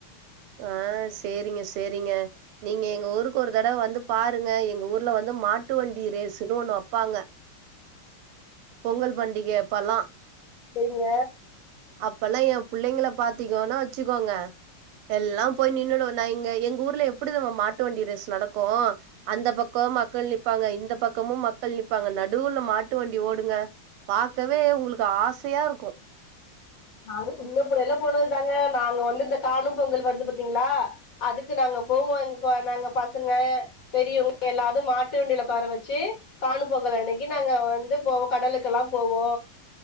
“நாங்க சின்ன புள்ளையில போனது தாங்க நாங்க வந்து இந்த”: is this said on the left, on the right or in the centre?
Left